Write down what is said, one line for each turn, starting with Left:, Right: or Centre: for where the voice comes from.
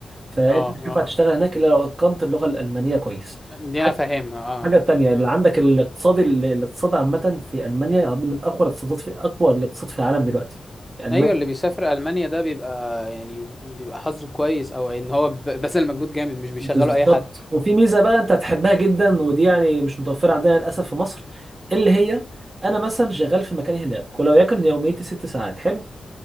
Right: فانت
Centre: اه
Right: مش هينفع
Centre: اه
Right: تشتغل هناك الا لو اتقنت اللغه الالمانيه كويس
Centre: دي
Right: حاجه
Centre: أنا فاهمها اه
Right: حاجه تانية
Centre: اه
Right: اللي عندك الاقتصاد ال- الاقتصاد عامه في المانيا يعني من اقوى الاقتصادات في اقوى الاقتصاد في العالم دلوقتي في المانيا
Centre: أيوة اللي بيسافر ألمانيا ده بيبقى يعني بيبقى حظه كويس أو إن هو ب- بذل مجهود جامد مش بيشغله
Right: بالظبط
Centre: أي حد
Right: وفي ميزه بقى انت هتحبها جدا ودي يعني مش متوفره عندنا للاسف في مصر اللي هي انا مثلا شغال في مكان هناك ولو يكن يوميتي ست ساعات حلو